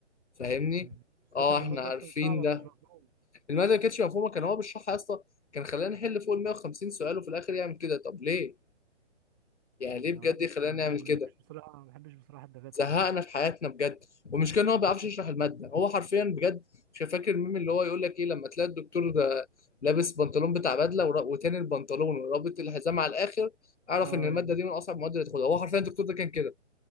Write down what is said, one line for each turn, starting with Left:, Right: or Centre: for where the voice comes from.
Left: فاهمني
Right: مم. بالذات
Left: اه
Right: ان
Left: احنا
Right: المادة
Left: عارفين
Right: اصلا صعبة ومش
Left: ده
Right: مفهومة
Left: الماده ما كانتش مفهومه كان هو بيشرحها يا اسطى كان خلانا نحل فوق ال 150 سؤال وفي الاخر يعمل كده طب ليه يعني
Right: مم.
Left: ليه
Right: انا
Left: بجد
Right: ما بحبش
Left: يخلانا
Right: ما
Left: نعمل
Right: ما
Left: كده
Right: بحبش بصراحة ما بحبش بصراحة الدكاترة
Left: زهقنا
Right: دي
Left: في حياتنا بجد والمشكله ان هو ما بيعرفش يشرح الماده هو حرفيا بجد مش فاكر الميم اللي هو يقول لك ايه لما تلاقي الدكتور ده لابس بنطلون بتاع بدله ورا- وتاني البنطلون ورابط الحزام على الاخر اعرف
Right: اه
Left: ان الماده دي من اصعب المواد اللي تاخدها هو حرفيا الدكتور ده كان كده